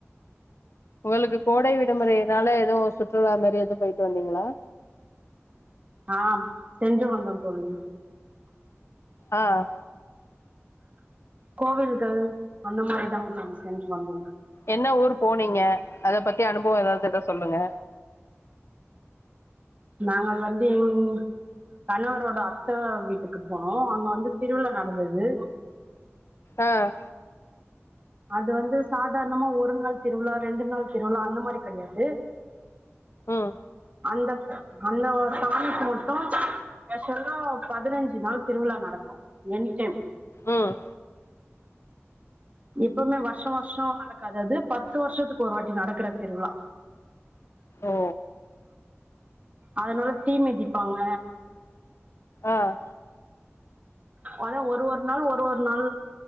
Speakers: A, on the left; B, on the right.
A: இவளுக்கு கோடை விடுமுறைனால எதுவு சுற்றுலா மாரி எது போயிட்டு வந்தீங்களா
B: ஆஹ் சென்று வந்தோம் தோழி
A: ஆஹ்
B: கோவில்கள் அந்த மாரி தாங்க தாம்சென்ட் வந்தோ
A: என்ன ஊரு போனீங்க அத பத்தி அனுபவ எதாவ்து இருந்தா சொல்லுங்க
B: நாங்கள் வந்து உம் கணவரோட அத்த வீட்டுக்கு போனோ அங்க வந்து திருவிழா நடந்தது
A: ஆஹ்
B: அது வந்து சாதாரணமா ஒரு நாள் திருவிழா ரெண்டு நாள் திருவிழா அந்த மாரி கெடையாது
A: உம்
B: அந்தப் அந்த ஒரு சாமிக்கு மட்டு அ சொல்றோ பதுனஞ்சு நாள் திருவிழா நடக்கு எனிடைம்
A: உம்
B: எப்போமே வர்ஷ வர்ஷ நடக்காது அது பத்து வர்ஷத்துக்கு ஒரு வாட்டி நடக்குற திருவிழா
A: ஓ
B: அதனால தீ மிதிப்பாங்க
A: ஆஹ்
B: அதா ஒரு ஒரு நாள் ஒரு ஒரு நாள்